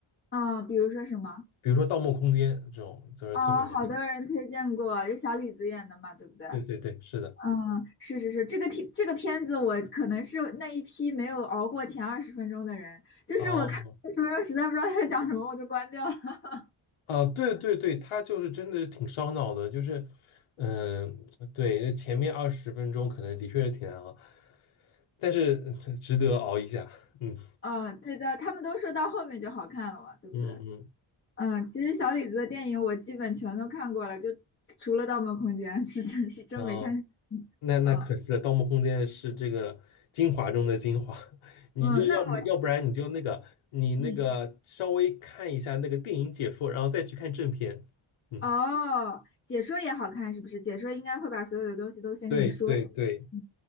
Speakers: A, on the left; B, on the left.
A: 嗯，比如说什么？
B: 比如说《盗梦空间》这种，就是特别好看。
A: 啊，好多人推荐过，有小李子演的嘛，对不对？
B: 对对对，是的。
A: 嗯，是是是，这个题这个片子我可能是那一批没有熬过前二十分钟的人，就是我看二十分钟实在不知道他在讲什么，
B: 哦，
A: 我就关掉了。<laughs>
B: 啊，对对对，他就是真的是挺烧脑的，就是，嗯、对，前面二十分钟可能的确是挺难熬，但是值得熬一下，嗯
A: 嗯，对的，他们都说到后面就好看了嘛，对不对？
B: 嗯嗯，
A: 嗯，其实小李子的电影我基本全都看过了，就除了《盗梦空间》是真是真没看。
B: 然后那那可惜了，
A: 嗯
B: 《盗梦空间》是这个精华中的精华，<laughs> 你就要不要不然你就那个你那个稍微看一下那个电影解说，
A: 嗯，那我嗯
B: 然后再去看正片，嗯，
A: 哦，解说也好看是不是？解说应该会把所有的东西都先跟你说。
B: 对对对。
A: 嗯，